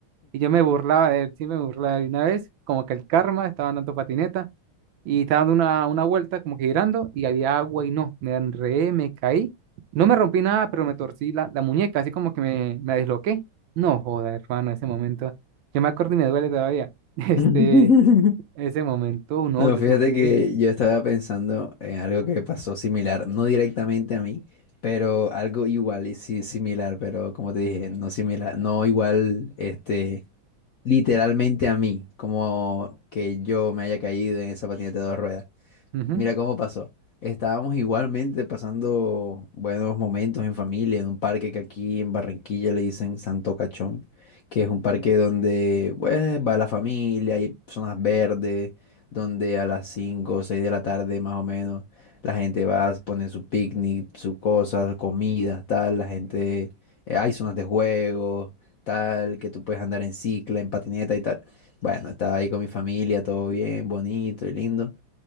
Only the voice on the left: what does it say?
<laughs>
No,
fíjate
que yo estaba pensando en algo que pasó similar, no directamente a mí, pero algo igual y sí, similar, pero como te dije, no similar, no igual, este, literalmente a mí, como que yo me haya caído en esa patineta de dos ruedas.
Mira cómo pasó. Estábamos igualmente pasando buenos momentos en familia en un parque que aquí en Barranquilla le dicen Santo Cachón, que es un parque donde pues, va la familia, hay zonas verdes, donde a las 5, o 6 de la tarde más o menos la gente va, pone su picnic, sus cosas, comida, tal, la gente, eh, hay zonas de juego, tal, que tú puedes andar en cicla, en patineta y tal. Bueno, estaba ahí con mi familia, todo bien, bonito y lindo.